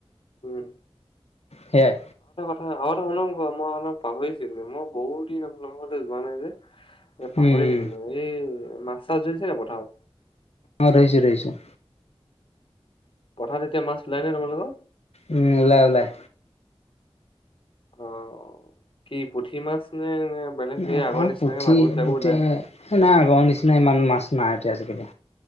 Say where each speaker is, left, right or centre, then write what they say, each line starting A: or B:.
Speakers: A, on the left; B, on the left.
A: উম
B: সেইয়াই
A: আগতে শুক মই অলপ পাহৰিছিলো মই বহুত দিন মতে যোৱা নাই যে এ পাহৰি
B: উম উম
A: থাকিলো এই মাছ চাছ ধৰিছে ন পথাৰত
B: অ ধৰিছো ধৰিছো
A: পথাৰত এতিয়া মাছ ওলাই নে তোমালোকৰ।
B: উম ওলাই ওলাই
A: অ কি পুঠি মাছ নে। নে বেলেগ সেই
B: অ
A: আগৰ
B: অ
A: নিচিনাকে
B: পুঠি
A: মাগুৰ চাগুৰ
B: পুঠি
A: ওলাই?
B: এ নাই আগৰ নিচিনা ইমান মাছ নিচ ন এতিয়া আজিকালি